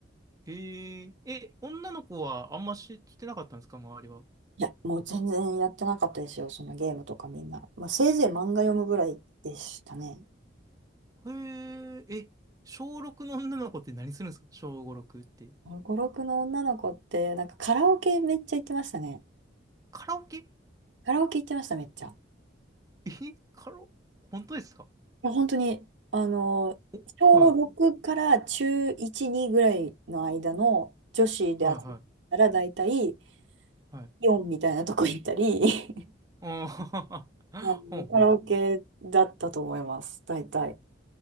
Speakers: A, on the right; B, on the right.
A: えー、え、女の子はあんま知ってなかったんですか周りは。
B: いや、もう全然やってなかったですよ、そのゲームとかみんな。まあ、せいぜい漫画読むぐらいでしたね。
A: へえ、え、小六の女の子って何するんですか小五六って。
B: 5、6の女の子って、なんかカラオケめっちゃ行ってましたね。
A: カラオケ
B: カラオケ行ってました、めっちゃ。
A: え、カラオ、本当ですか
B: や、本当に、あの、
A: お、
B: 小6から中1、
A: はい、
B: 2ぐらいの間の女子で集まっ
A: はい、はい。
B: たら、大体
A: はい
B: イオンみたいなとこ行ったり、<laughs>
A: ああ、
B: あの、
A: <laughs> ほんほん。
B: カラオケだったと思います、大体。